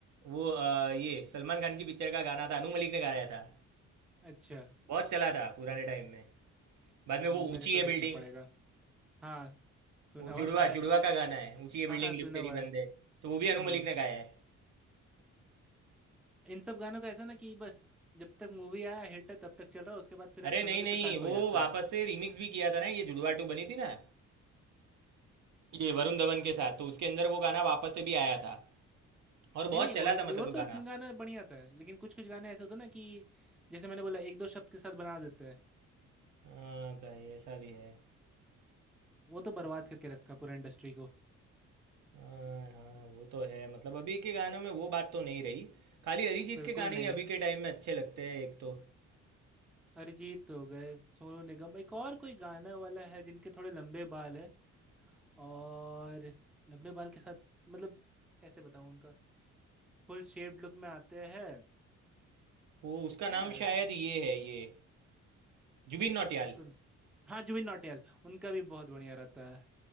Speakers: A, on the right; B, in the centre.
A: वो अ, ये सलमान खान की पिक्चर का गाना था अनु मलिक ने गाया था
B: अच्छा
A: बहुत चला था पुराने टाइम में बाद
B: हम्म,
A: में वो
B: मेरे
A: ऊंची
B: को
A: है
B: देखना
A: बिल्डिंग
B: पड़ेगा हाँ सुना
A: वो
B: हुआ
A: जुड़वा
B: तो है
A: जुड़वा का गाना है ऊंची है बिल्डिंग
B: हाँ हाँ सुना
A: लिफ्ट तेरी
B: हुआ
A: बंद
B: है
A: है तो वो भी अनु
B: हम्म
A: मलिक ने गाया है
B: इन सब गानों का ऐसा ना कि बस जब तक मूवी आया हिट है तब तक चल रहा है उसके बाद फिर आप
A: अरे
B: सुनोगे
A: नहीं नहीं
B: तो कान
A: वो
B: पक जाता
A: वापस
B: है
A: से रिमिक्स भी किया था ना ये जुड़वा टू बनी थी ना ये वरुण धवन के साथ तो उसके अंदर वो गाना वापस से भी आया था और
B: नहीं
A: बहुत
B: नहीं
A: चला
B: उड़ ये
A: था मतलब
B: वो
A: वो गाना
B: तो गाना बढ़िया था लेकिन कुछ कुछ गाने ऐसे होते हैं ना कि जैसे मैंने बोला एक दो शब्द के साथ बना देता है
A: हाँ भाई ऐसा भी है
B: वो तो बर्बाद करके रखा पूरा इंडस्ट्री को
A: हाँ हाँ वो तो है मतलब अभी के गानों में वो बात तो नहीं रही खाली अरिजीत
B: बिल्कुल
A: के गाने
B: नहीं
A: ही अभी के टाइम में अच्छे लगते हैं एक तो
B: अरिजीत हो गए सोनू निगम एक और कोई गाना वाला है जिनके थोड़े लंबे बाल है और लंबे बाल के साथ मतलब कैसे बताऊँ उनका फुल शेप्ड लुक में आते हैं
A: वो उसका
B: क्या
A: नाम
B: यार
A: शायद ये है ये जुबिन नौटियाल
B: क्या तो हाँ जुबिन नौटियाल उनका भी बहुत बढ़िया रहता है